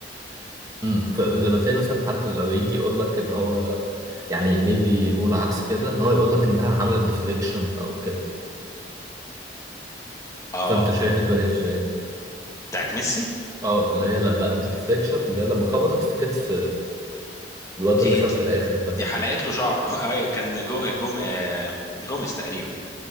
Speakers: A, on the right; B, on the left.
A: مم. ف- لما تلاقي مثلا حد لو يجي يقول لك ان هو يعني ليه بيقول عكس كده ان هو يقول لك انها عملت ديفليكشن او كده
B: اه
A: فانت شايف الدنيا ازاي
B: بتاعت ميسي
A: اه اللي هي لما مش ديفليكشن اللي هي لما خبطت في كتف الواد
B: دي
A: اللي كان
B: دي
A: في الاخر ده
B: دي حلقت له شعره <laughs> ايوه كان جو جوم آه، جوميز تقريبا